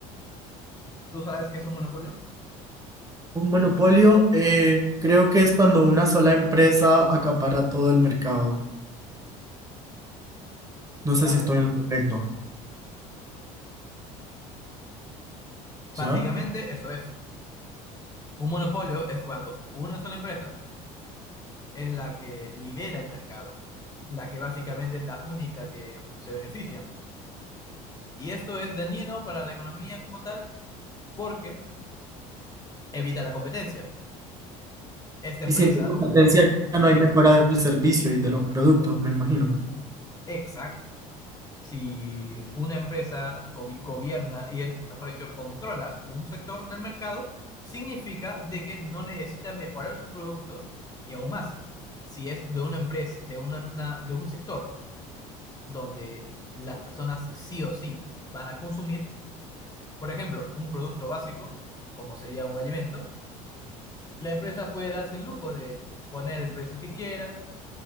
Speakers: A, on the left; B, on the right.
A: ¿Tú sabes qué es un monopolio?
B: Un monopolio, eh, creo que es cuando una sola empresa acapara todo el mercado. No sé
A: Claro,
B: si estoy en lo correcto, ¿ya?
A: básicamente eso es. Un monopolio es cuando una sola empresa es la que lidera el mercado la que básicamente es la única que se beneficia. Y esto es dañino para la economía como tal porque evita la competencia. Esta empresa
B: Y si no hay competencia,
A: que con...
B: no hay mejora del servicio y de los productos, me imagino.
A: Exacto. Si una empresa go- gobierna y es, mejor dicho, controla un sector del mercado, significa de que no necesita mejorar su producto y aún más, si es de una empresa, de una- una- de un sector donde las personas sí o sí van a consumir, Por ejemplo, un producto básico, como sería un alimento, la empresa puede darse el lujo de poner el precio que quiera